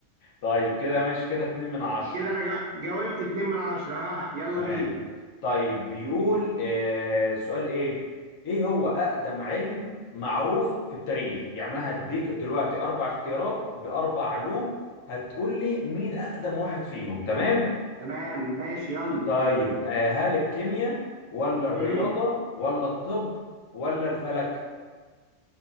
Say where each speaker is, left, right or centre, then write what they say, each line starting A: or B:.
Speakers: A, on the left (about 80°); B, on the right (about 55°).
A: طيب كده ماشي كده 2 من 10
B: كده انا جا- جاوبت 2 من 10 ها يلا
A: تمام
B: بينا
A: طيب بيقول آه، السؤال ايه ايه هو اقدم علم معروف في التاريخ يعني انا هديك دلوقتي اربع اختيارات باربع علوم هتقول لي مين اقدم واحد فيهم تمام
B: تمام ماشي يلا
A: طيب آه، هل الكيمياء ولا الرياضة
B: امم
A: ولا الطب ولا الفلك